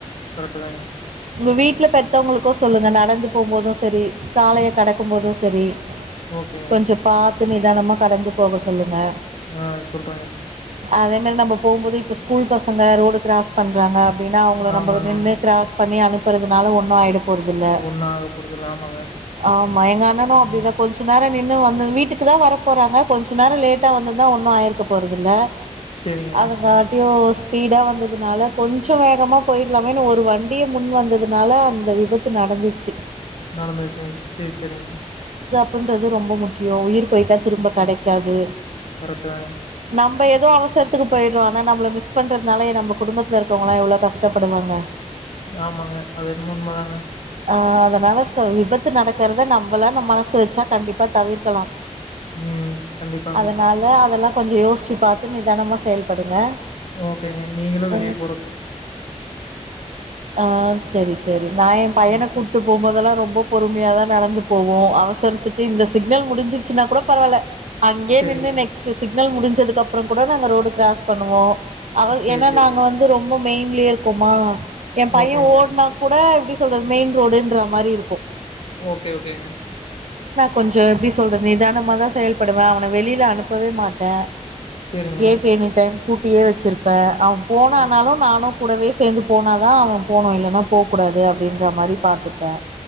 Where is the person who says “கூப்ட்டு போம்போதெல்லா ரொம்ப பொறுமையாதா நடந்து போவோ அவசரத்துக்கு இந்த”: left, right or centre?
Right